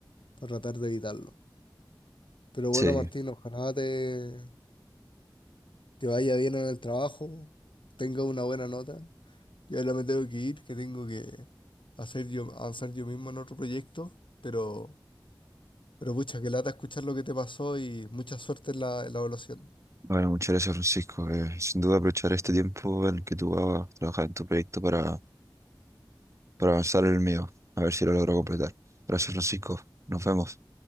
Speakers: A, on the left; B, on the right.
A: tratar de evitarlo. Pero
B: Sí,
A: bueno, Martín, ojalá te, te vaya bien en el trabajo, tengas una buena nota. Yo ahora me tengo que ir, que tengo que hacer yo, avanzar yo mismo en otro proyecto, pero, pero pucha, que lata escuchar lo que te pasó y mucha suerte en la, en la evaluación.
B: bueno, muchas gracias Francisco. Eh, sin duda aprovechar este tiempo en el que tú vas a trabajar en tu proyecto para, para avanzar en el mío, a ver si lo logro completar. Gracias Francisco, nos vemos.